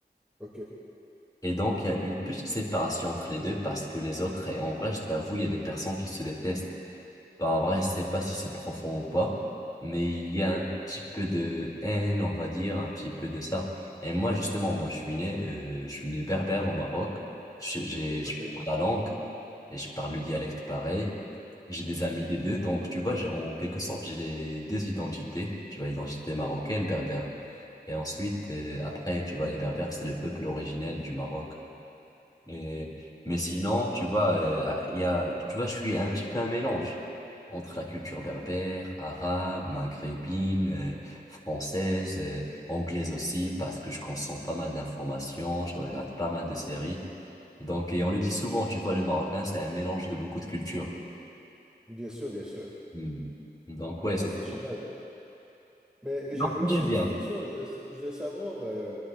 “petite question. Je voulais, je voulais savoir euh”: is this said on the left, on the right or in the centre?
Centre